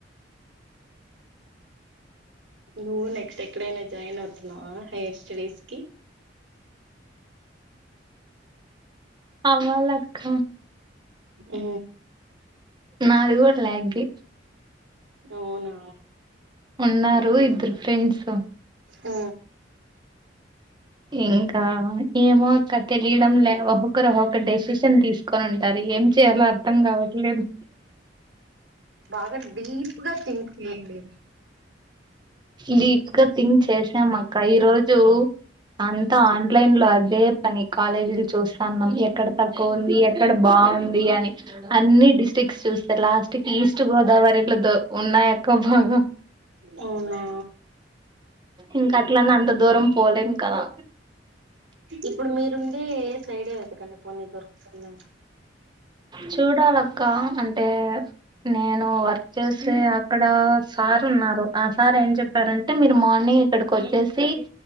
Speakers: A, on the right; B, on the right.
A: నువ్వు నెక్స్ట్ ఎక్కడైన జాయిన్ అవుతున్నావ హై్యర్ స్టడీస్కి
B: కవలక్క
A: ఉ
B: నాది కూడ ల్యాగే
A: అవునా
B: ఉన్నారు ఇద్దరు ఫ్రెండ్స్
A: ఆ
B: ఇంకా ఏమో అక్క తెలియడం లే ఒక్కొక్కరు ఒక్కొక్క డెసిషన్ తీసు కొని ఉంటారు ఏం చేయాలో అర్థం కావట్లేదు
A: బాగా డీప్ గా థింక్ చేయండి
B: డీప్ గా థింక్ చేసాం అక్క ఈ రోజు అంతా ఆన్లైన్ లో అదే పని కాలేజీలు చూస్తాన్నా ఎక్కడ తక్కువ ఉంది ఎక్కడ బాగుంది ఉంది అని అన్ని డిస్టి్రిక్ట్స్ చూస్తే లాస్ట్ కి ఈస్ట్ గోదావరిలో ఉన్నా ఎక్క బాగా
A: అవునా
B: ఇంక అట్లనే అంత దూరం పోలేం కదా
A: ఇప్పుడు మీరుండే సైడే వెతకండి పోన్ని దొరుకుతుందమ
B: చూడాలక్క అంటే నేను వర్క్ చేస్తే అక్కడ సార్ న్నారు ఆ సార్ ఏం చెప్పారంటే మీరు మార్నింగ్ ఇక్కడికి వచ్చేసి